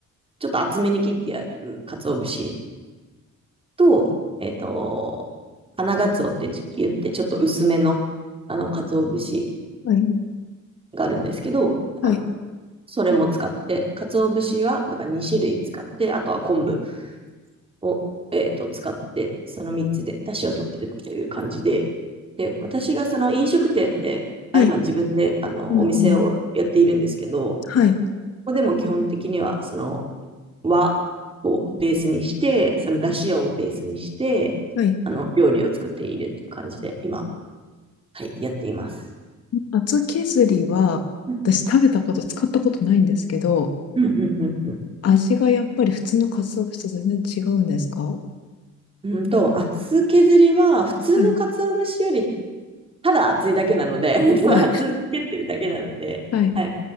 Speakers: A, on the right; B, on the left.
A: ちょっと厚めに切ってある鰹節と、えっと、花鰹って言って、ちょっと薄めの、あの、鰹節。
B: はい。
A: があるんですけど、
B: はい。
A: あの、それも使って、鰹節は、だから2種類使って、あとは昆布を、えっと、使って、その3つで出汁を取ってるっていう感じで、で、私がその飲食店で、あ、
B: はい。
A: 今自分で、あの、
B: うんうん。
A: お店をやっているんですけど、こ
B: はい。
A: こでも基本的には、その、和をベースにして、その出汁をベースにして、
B: はい。
A: あの、料理を作っているっていう感じで、今、はい、やっています。
B: 厚削りは、
A: うん、
B: 私食べたこと、使ったことないんですけど、
A: うん、うん、うん。
B: 味がやっぱり普通の鰹節と全然違うんですかは
A: うんと、厚削りは、普通の鰹節より、
B: い。
A: ただ厚いだけなので、<laughs>
B: はい。
A: 厚く削ってるだけなので、
B: はい。
A: はい。